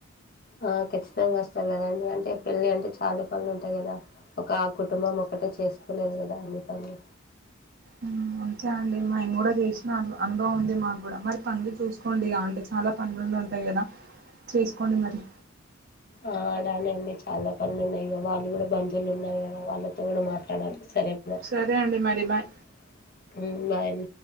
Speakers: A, on the left; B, on the right.
A: ఒ ఖచ్చితంగా వస్తారు కదాండి అంటే పెళ్ళి అంటే చాలా పనులు ఉంటాయి కదా ఒక ఆ కుటుంబం ఒక ఒక్కతే చేసుకోలేవు కదా అన్ని పనులు
B: ఆ అంతే అండి మిము కూడా చేసినొళ్ళు అనుభవం ఉంది మాకు కూడా మరి పనులు చూసుకోండి అంటే చాలా పనులు ఉన్నొళ్ళు ఉంటాయి కదా చేసుకోండి మరి
A: ఆ అలానేండి చాలా పనులు ఉన్నాయి కదా అది కూడ బంధవులున్నాయి కదా వాళ్ళతో కూడా మాట్లా <unintelligible>
B: సరే అండి మరి బాయ్
A: అమ్మో